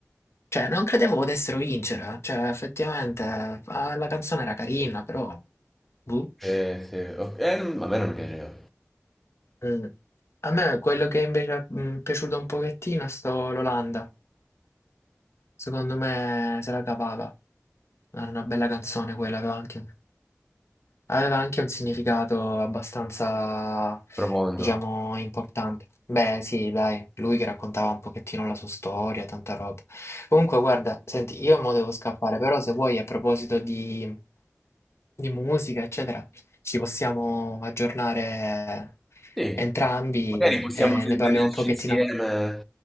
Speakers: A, on the left (about 60°); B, in the centre.
A: Cioè non credevo potessero vincere. eh. Cioè effettivamente eh, ah, la canzone era carina, però... boh.
B: Sì, sì. ok, eh, a me non piaceva.
A: Mm. A me quello che invece è mm, piaciuto un pochettino è stato l'Olanda. Secondo me se la cavava. Era una bella canzone quella, aveva anche, aveva anche un significato abbastanza,
B: Profondo.
A: diciamo, importante. Beh, sì, dai, lui che raccontava un pochettino la sua storia, tanta roba. Comunque, guarda, senti, io mo devo scappare, però se vuoi, a proposito di, di musica, eccetera, ci possiamo aggiornare
B: Sì,
A: entrambi
B: magari possiamo
A: e
B: vederci
A: ne parliamo un pochettino.
B: insieme,